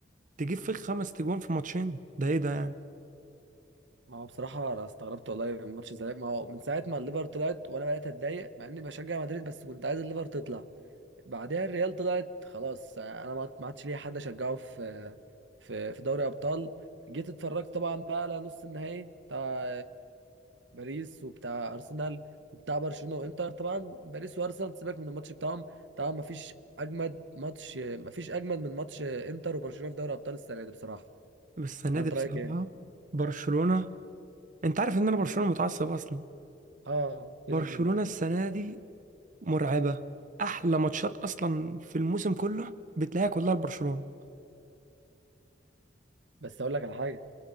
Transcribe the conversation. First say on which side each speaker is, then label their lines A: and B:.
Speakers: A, on the right (about 45°); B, on the right (about 65°).
A: تجيب فيك خمس تجوان في ماتشين ده ايه ده يعني
B: ما هو بصراحه انا استغربت والله من ماتش الذهاب ما هو من ساعه ما الليفر طلعت وانا بقيت اتضايق مع اني بشجع مدريد بس كنت عايز الليفر تطلع بعدها الريال طلعت خلاص آه، انا ما ما عادش ليا حد اشجعه في في في دوري ابطال جيت اتفرجت طبعا بقى على نص النهائي بتاع باريس وبتاع ارسنال وبتاع برشلونه وانتر طبعا باريس وارسنال سيبك من الماتش بتاعهم طبعا ما فيش اجمد ماتش ما فيش اجمد من ماتش انتر وبرشلونه في دوري ابطال السنه دي بصراحه
A: بس السنة
B: وانت
A: دي بصراحة
B: رايك ايه
A: برشلونة انت عارف ان انا برشلونة متعصب اصلا
B: اه
A: برشلونة
B: كده كده
A: السنة دي مرعبة احلى ماتشات اصلا في الموسم كله بتلاقيها كلها لبرشلونة
B: بس اقول لك على حاجه